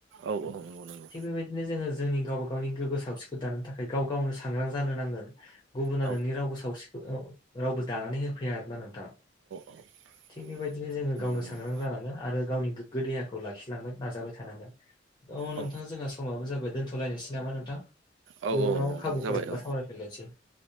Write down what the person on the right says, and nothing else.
औ औ नंगौ नंगौ।
औ
<inaudible>
नंगौ
नंगौ
औ
औ
औ नोंथां
जाबाय
औ